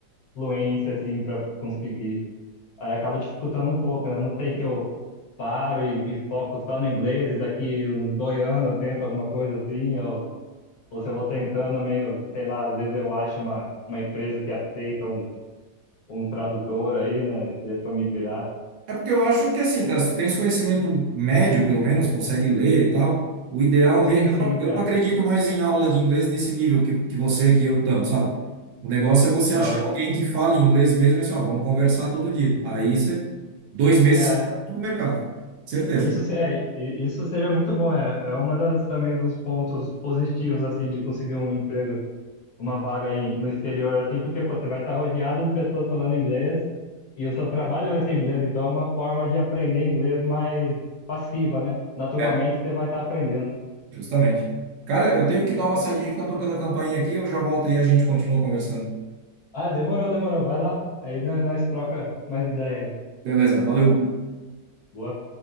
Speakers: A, on the left; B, on the right.
A: fluência, assim, para conseguir. Aí acaba dificultando um pouco, né? Não sei se eu paro e, e foco só no inglês, e daqui uns dois anos eu tento alguma coisa assim, ou ou se eu vou tentando meio, sei lá, às vezes eu acho uma, uma empresa que aceita um, um tradutor aí, né, de- pra me virar.
B: É porque eu acho que assim, cara, se tu tens conhecimento médio, pelo menos, consegue ler e tal, o ideal
A: Sim,
B: mesmo.
A: sim,
B: Eu, não- eu
A: é.
B: não acredito mais em aula de inglês nesse nível que, que você, que eu estamos, sabe? O negócio é você
A: Aham.
B: achar alguém que fale inglês mesmo e assim, ó, vamos conversar todo dia. Aí você, dois meses
A: É.
B: você tá no mercado. Certeza.
A: Isso, se- é, i- isso seria muito bom, é, é uma das também dos pontos positivos, assim, de conseguir um emprego, uma vaga aí no exterior, assim, porque pô, você vai estar rodeado de pessoas falando inglês e o seu trabalho vai ser inglês, então é uma forma de aprender inglês mais passiva, né? Naturalmente
B: É,
A: você vai estar aprendendo.
B: Justamente. Cara, eu tenho que dar uma saidinha que estão tocando a campainha aqui, eu já volto e a gente continua conversando.
A: Ah, demorou, demorou. Vai lá. Aí nó- nós troca mais ideia aí.
B: Beleza, valeu.
A: Boa.